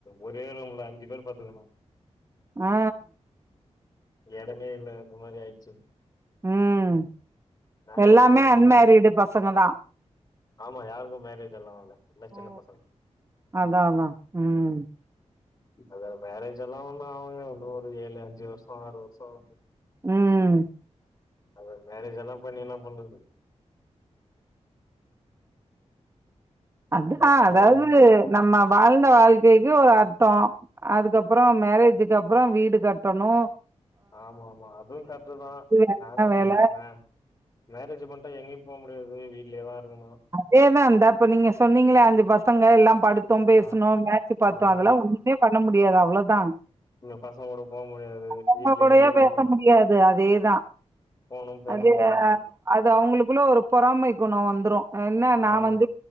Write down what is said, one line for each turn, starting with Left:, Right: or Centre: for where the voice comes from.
Left: ஒரே ரூம்ல அஞ்சி பேர் படுத்துக்கணு
Right: ஆ
Left: எடமே இல்ல அந்த மாரி ஆயிடுச்சி
Right: ம்
Left: மேலயு
Right: எல்லாமே
Left: போகுல்ல
Right: அன்மேரிடு பசங்க தா
Left: ஆமா யாருக்கு மேரேஜ் எல்லா ஆவல என்ன
Right: ஓ
Left: சின்ன பசங்க
Right: அதா அதா ம்
Left: இப்பவே மேரேஜ் எல்லா ஒண்ணு ஆவுங்க இன்னு ஒரு ஏழு அஞ்சி வருஷோ ஆறு வருஷோ ஆவுங்க
Right: ம்
Left: அது மேரேஜ் எல்லா பண்ணி என்ன பண்றது
Right: அதுதா
Left: சும்மா பசங்களோட
Right: அதாவது நம்ம வாழ்ந்த வாழ்க்கைக்கு ஒரு அர்த்தோ அதுக்கப்பறோ மேரேஜுக்கு அப்பறோ வீடு கட்டணு
Left: ஆமா ஆமா அதுவு கரெட்டுதா
Right: வேலைன்னா
Left: ஆனா
Right: வேல.
Left: என்ன மேரேஜ் பண்ணிட்டா எங்கயு போ முடியாது வீட்லயேதா இருக்கணு
Right: அதேதா இந்த இப்ப நீங்க சொன்னீங்களே அஞ்சி பசங்க எல்லா படுத் தோ பேசுனோ
Left: ஆ
Right: மேச்சி பாத்தோ
Left: ஆமா
Right: அதெல்லா ஒண்ணுமே பண்ண முடியாது அவ்ளோதா
Left: இந்த பசங்களோட போ முடியாது
Right: அவுங்க
Left: வீட்லயே
Right: கூடையே
Left: இருக்கணு
Right: பேச முடியாது அதேதா
Left: ஃபோனு பேச
Right: அது
Left: முடியாது
Right: அது அவுங்களுக்குள்ள ஒரு பொறாமை குணோ வந்துரு என்ன நா
Left: ஆமா
Right: வந்து